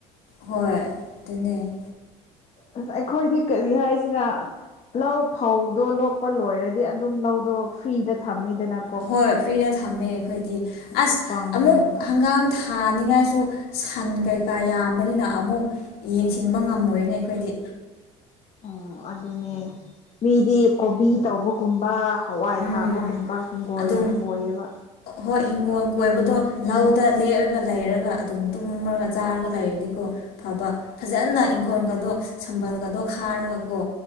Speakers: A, on the left (about 65°); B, on the left (about 40°).
A: ꯍꯣꯏ ꯑꯗꯨꯅꯦ
B: ꯑꯁ ꯑꯩꯈꯣꯏꯗꯤ ꯀꯔꯤ ꯍꯥꯏꯁꯤꯔ ꯂꯧ ꯐꯧꯗꯣ ꯂꯣꯛꯄ ꯂꯣꯏꯔꯗꯤ ꯑꯗꯨꯝ ꯂꯧꯗꯣ ꯐ꯭ꯔꯤꯗ ꯊꯝꯃꯤꯗꯅ
A: ꯍꯣꯏ ꯐ꯭ꯔꯤꯗ ꯊꯝꯃꯦ ꯑꯩꯈꯣꯏꯗꯤ
B: ꯑꯗꯨ
A: ꯑꯁ
B: ꯄꯥꯝꯃꯨꯑꯦꯕ
A: ꯑꯃꯨꯛ ꯍꯪꯒꯥꯝ ꯊꯥꯅꯤꯡꯉꯥꯏꯁꯨ ꯁꯟ ꯀꯩꯀꯥ ꯌꯥꯝ ꯕꯅꯤꯅ ꯑꯃꯨꯛ ꯌꯦꯡꯁꯤꯟꯕ ꯉꯝꯃꯣꯏꯅ ꯑꯩꯈꯣꯏꯗꯤ
B: ꯑꯣ ꯑꯗꯨꯅꯦ ꯃꯤꯗꯤ ꯀꯣꯕꯤ ꯇꯧꯕꯒꯨꯝꯕ ꯍꯋꯥꯏ
A: ꯎꯝ
B: ꯊꯥꯕꯒꯨꯝꯕ ꯍꯤꯡꯒꯣꯜ
A: ꯑꯗꯨꯝ
B: ꯌꯥꯝ ꯀꯣꯏꯌꯦꯕ
A: ꯍꯣꯏ ꯍꯤꯡꯒꯣꯜ ꯀꯣꯏꯕꯗꯣ ꯂꯧꯗ ꯂꯦꯛꯑꯒ ꯂꯩꯔꯒ ꯑꯗꯨꯝ ꯇꯨꯝꯃꯒ ꯆꯥꯔꯒ ꯂꯩꯔꯗꯤꯀꯣ ꯐꯕ ꯐꯖꯅ ꯏꯪꯈꯣꯜꯒꯗꯣ ꯁꯝꯕꯜꯒꯗꯣ ꯈꯥꯔꯒꯀꯣ